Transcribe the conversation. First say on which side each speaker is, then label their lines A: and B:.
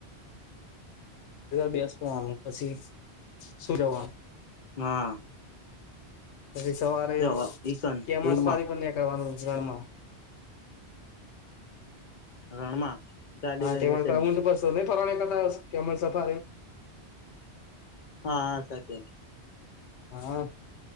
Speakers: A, on the left; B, on the left.
A: બેસવાનું પછી સૂઈ જવાનું.
B: હા
A: પછી સવારે
B: તે ઈકન
A: કેમલ
B: રૂમમાં
A: ફરી પણ નીકળવાનું રણમાં
B: રણમાં ગાડી
A: હા
B: લઈને
A: તે ઊંટ
B: તેમની
A: પર ન ફરવા કર કેમ સફ
B: હા સાચ
A: હા